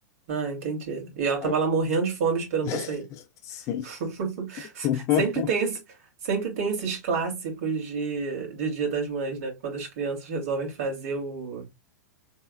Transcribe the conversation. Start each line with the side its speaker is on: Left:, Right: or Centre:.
Right: Ah, entendi. E ela tava
Left: Aí,
Right: lá morrendo de fome esperando
Left: <laughs>
Right: pra sair.
Left: sim.
Right: <laughs>
Left: <laughs>
Right: Sempre tem esse, sempre tem esses clássicos de, de Dia das Mães, né? Quando as crianças resolvem fazer o